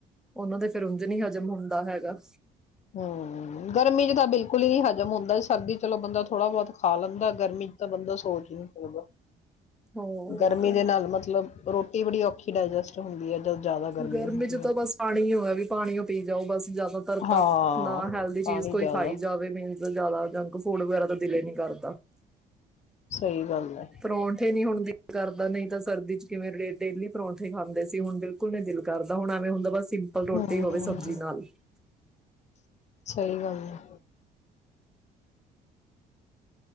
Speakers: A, in the centre; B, on the left.
A: ਉਹਨਾਂ ਦੇ ਫੇਰ ਉਂਝ ਨ ਹਜ਼ਮ ਹੁੰਦਾ ਹੈਗਾ।
B: ਹਂ ਗਰਮੀ ਚ ਤਾਂ ਬਿਲ ਕੁਲ ਹੀ ਨੀ ਹਜ਼ਮ ਹੁੰਦਾ ਸਰਦੀ ਚਲੋ ਬੰਦਾ ਥੋੜਾ ਬਹੁਤ ਖਾ ਲੈਂਦਾ ਗਰਮੀ ਚ ਤਾਂ ਬੰਦਾ ਸੋਚ ਹੀ ਨੀ ਸਕਦਾ।
A: ਹੋਰ
B: ਗਰਮੀ
A: ਕਿਆ
B: ਦੇ ਨਾਲ ਮਤਲਬ ਰੋਟੀ ਬੜੀ ਔਖੀ ਡਾਇਜੈਸਟ ਹੁੰਦੀ ਹੈ ਜਦ ਜ਼ਿਆਦਾ
A: ਗਰਮੀ
B: ਹੁੰਦੀ
A: ਚ
B: ਹੈ
A: ਤਾਂ ਬਸ ਪਾਣੀ ਹੋਆ ਵੀ ਪਾਣੀ ਓ ਪੀ ਜਾਓ ਬਸ ਜ ਤਰਤਾ
B: ਹਾਂ
A: ਨਾ ਹੈਲਦੀ ਚੀਜ਼
B: ਪਾਣੀ
A: ਕੋਈ
B: ਜ਼ਿਆਦਾ
A: ਖਾਈ ਜਾਵੇ ਮੀਨਸ ਜ਼ਿਆਦਾ ਜੰਕ ਫੂਡ ਵਗੈਰਾ ਤਾਂ ਦਿਲ ਹੀ ਨੀ ਕਰਦਾ
B: ਸਹੀ ਗੱਲ ਹੈ
A: ਪਰੌਠੇ ਨੀ ਹੁਣ ਦਿਲ ਕਰਦਾ ਨਹੀਂ ਤਾਂ ਸਰਦੀ ਚ ਕਿਵੇਂ ਲੇ ਡੇਲੀ ਪਰੌਂਠੇ ਖਾਂਦੇ ਸੀ। ਹੁੰਦੇ। ਬਿਲਕੁਲ ਨਹੀਂ ਦਿਲ ਕਰਦਾ ਹੁਣ ਐਵੇਂ ਹੁੰਦਾ। ਬਸ ਸਿੰਪਲ ਰੋਟੀ
B: ਹਮ
A: ਹੋਵੇ ਸਬਜ਼ੀ ਨਾਲ।
B: ਸਹੀ ਗੱਲ ਆ।